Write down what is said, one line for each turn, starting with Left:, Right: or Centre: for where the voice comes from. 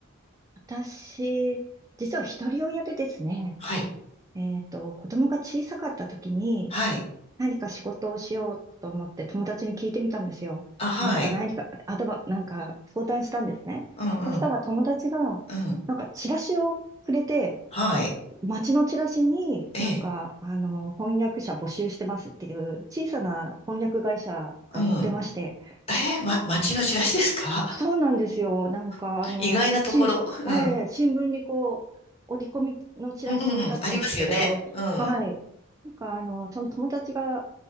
Right: 私、実は一人親でですね、
Left: はい。
Right: えっと、子供が小さかった時に
Left: はい。
Right: 何か仕事をしようと思って友達に聞いてみたんですよ。
Left: あ、はい。
Right: なんか何か、アドバ、なんか相談したんですね。
Left: うん、うん、
Right: そしたら友達が、
Left: うん。
Right: なんかチラシをくれて、
Left: はい。
Right: 街のチラシになんか、
Left: ええ、
Right: あの、翻訳者募集してますっていう小さな翻訳会社が載ってまして、
Left: うん。ええま、街の知らしですか
Right: そうなんですよ。なんか、
Left: <laughs>
Right: あの、
Left: 意外なところ。
Right: 新ええ新聞にこう、
Left: うん。
Right: 折り込みのチラシだったんですけれど、
Left: うん、うん、うんありますよね。うん。
Right: はい。なんか、あの、その友達が、